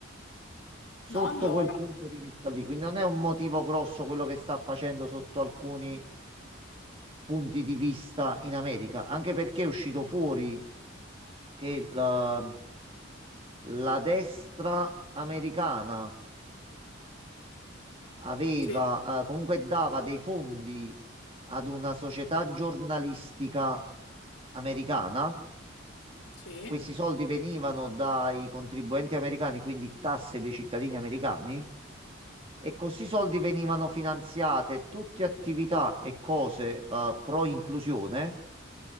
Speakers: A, on the right (about 25°); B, on the left (about 65°).
A: sotto
B: No, allora
A: quel punto di vista lì. Quindi non è un motivo grosso quello che sta facendo sotto alcuni punti di vista in America, anche perché è uscito fuori che la, la destra americana aveva,
B: sì,
A: eh, comunque dava dei fondi ad una società giornalistica americana
B: sì,
A: Questi soldi venivano dai contribuenti americani, quindi tasse dei cittadini americani, e questi soldi venivano finanziate tutte attività e cose eh, pro inclusione,